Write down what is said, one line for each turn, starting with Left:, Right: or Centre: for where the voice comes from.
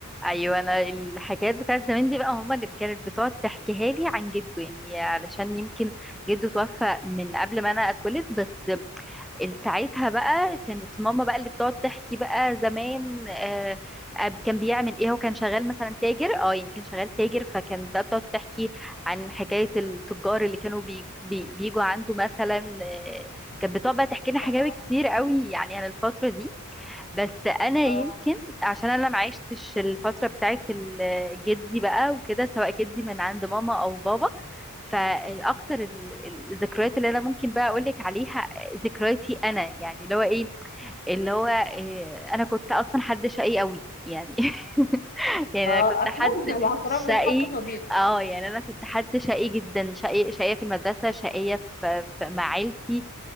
Centre: ايوه انا الحكايات بتاعت زمان دي بقى هما اللي كانت بتقعد تحكيها لي عن جده يعني علشان يمكن جده توفى من قبل ما انا اتولد بس ال- ساعتها بقى كانت ماما بقى اللي بتقعد تحكي بقى زمان آه، آه، كان بيعمل ايه هو كان شغال مثلا تاجر اه يعني كان شغال تاجر فكان بقى بتقعد تحكي عن حكاية التجار اللي كانوا بي بي بيجوا عنده مثلا آه، كانت بتقعد بقى تحكي لنا حكاوي
Left: اه
Centre: كتير قوي يعني عن الفترة دي بس انا يمكن
Left: اه
Centre: عشان انا ما عشتش الفتره بتاعت ال- جدي بقى وكده سواء جدي من عند ماما او بابا فالاكتر ال- ال- الذكريات اللي انا ممكن بقى اقول لك عليها ذكرياتي انا يعني اللي هو ايه اللي هو إيه انا كنت اصلا حد شقي قوي يعني <laughs> يعني
Left: اه
Centre: انا كنت
Left: اصلا
Centre: حد
Left: <laughs> الاعتراف
Centre: شقي
Left: بالحق فضيلة
Centre: اه يعني انا كنت حد شقي جدا شقي شقيه في المدرسه شقيه في في- مع عيلتي